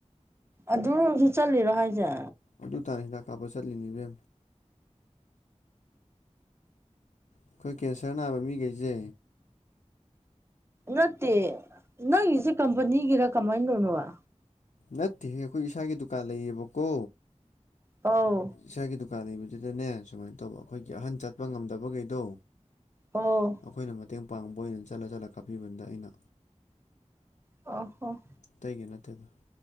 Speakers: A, on the right; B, on the left.
A: ꯑꯗꯨꯔꯣꯝꯁꯨ ꯆꯠꯂꯤꯔꯣ ꯍꯥꯏꯁꯦ꯫
B: ꯑꯗꯨ ꯇꯥꯅ ꯍꯤꯗꯥꯛ ꯀꯥꯞꯄ ꯆꯠꯂꯤꯅꯤꯅꯦ꯫ ꯑꯩꯈꯣꯏ ꯀꯦꯟꯁꯔ ꯅꯥꯕ ꯃꯤꯈꯩꯁꯦ꯫
A: ꯅꯠꯇꯦ ꯅꯪꯆꯦ ꯀꯝꯄꯅꯤꯒꯤꯔ ꯀꯃꯥꯏꯅ ꯅꯣꯕꯥ꯫
B: ꯅꯠꯇꯦꯍꯦ ꯑꯩꯈꯣꯏ ꯏꯁꯥꯒꯤ ꯗꯨꯀꯥꯟ ꯂꯩꯌꯦꯕꯀꯣ
A: ꯑꯥꯎ
B: ꯏꯁꯥꯒꯤ ꯗꯨꯀꯥꯟ ꯂꯩꯕꯗꯨꯗꯅꯦ ꯁꯨꯃꯥꯏꯅ ꯇꯧꯕ ꯑꯩꯈꯣꯏꯒꯤ ꯑꯍꯟ ꯆꯠꯄ ꯉꯝꯗꯕꯈꯩꯗꯣ
A: ꯑꯣ
B: ꯑꯩꯈꯣꯏꯅ ꯃꯇꯦꯡ ꯄꯥꯡꯕ ꯑꯣꯏꯅ ꯆꯠꯂ ꯆꯠꯂ ꯀꯥꯞꯄꯤꯕꯗ ꯑꯩꯅ꯫
A: ꯑ ꯍꯣ
B: ꯑꯩꯇꯩꯒꯤ ꯅꯠꯇꯦꯗ